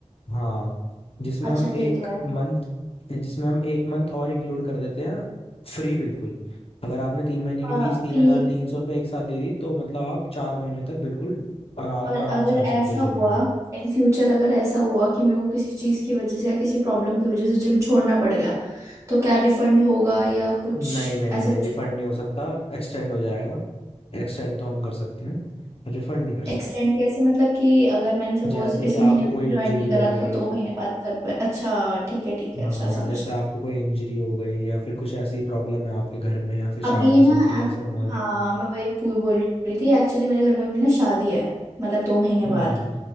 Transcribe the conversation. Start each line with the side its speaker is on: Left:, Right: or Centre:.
Left: हाँ जिसमें
Right: अच्छा
Left: हम
Right: ठीक
Left: एक
Right: है
Left: मंथ जिसमें हम एक मंथ और इंक्लूड कर देते हैं फ्री बिल्कुल अगर आपने तीन महीने
Right: आ,
Left: की फीस तीन
Right: फिर
Left: हजार तीन सौ रुपये एक साथ दे दी तो मतलब आप चार महीने तक बिल्कुल आरा, आराम
Right: और अगर
Left: से आ सकते
Right: ऐसा
Left: हो जिम
Right: हुआ
Left: में
Right: इन फ्यूचर अगर ऐसा हुआ कि मेरे को किसी चीज की वजह से या किसी प्रॉब्लम की वजह से जिम छोड़ना पड़ गया तो क्या रिफंड होगा या कुछ
Left: नहीं नहीं
Right: ऐसा
Left: नहीं
Right: कुछ
Left: रिफंड नहीं हो सकता एक्सटेंड हो जाएगा एक्सटेंड तो हम कर सकते हैं रिफंड नहीं कर सकते
Right: एक्सटेंड कैसे मतलब कि अगर मैंने सपोज
Left: जैसे
Right: इस
Left: कि आपको
Right: महीने में
Left: कोई
Right: ज्वाइन
Left: इंजरी
Right: नहीं
Left: हो
Right: करा
Left: गई
Right: तो दो महीने बाद कर पाए अच्छा ठीक है ठीक है
Left: हाँ
Right: अच्छा समझ
Left: जैसे आपको कोई इंजरी हो गई या फिर कुछ ऐसी प्रॉब्लम है आपके घर में या फिर शादी
Right: अभी ना
Left: समथिंग
Right: ac-
Left: ऐसे माहौल
Right: हाँ
Left: है
Right: मैं वही पूल बोल रही थी एक्चुअली मेरे घर में अभी ना शादी है मतलब दो महीने
Left: हम्म
Right: बाद